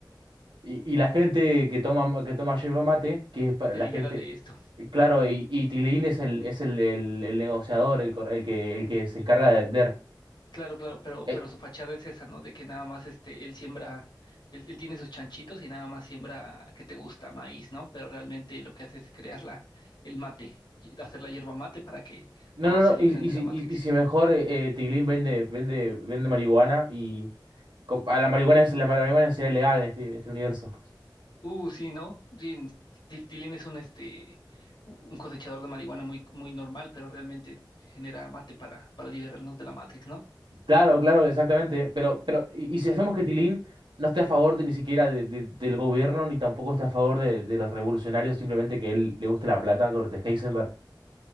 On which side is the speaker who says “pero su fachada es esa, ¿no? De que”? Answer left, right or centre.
Left